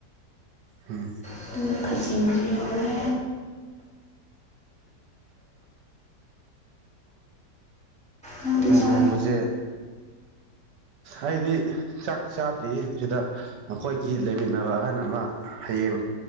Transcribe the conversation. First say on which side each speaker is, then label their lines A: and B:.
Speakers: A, on the right (about 75°); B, in the centre.
A: ꯎꯝ
B: ꯑꯗꯨꯒ ꯈꯖꯤꯡꯁꯨ ꯌꯥꯎꯔꯦ ꯅꯪ ꯆ
A: ꯅꯣꯡꯕꯁꯦ ꯑꯩꯗꯤ ꯆꯥꯛ ꯆꯥꯗ꯭ꯔꯤ ꯁꯤꯗ ꯃꯈꯣꯏꯒꯤ ꯂꯩꯃꯤꯟꯅꯕ ꯑꯍꯟ ꯑꯃ ꯍꯌꯦꯡ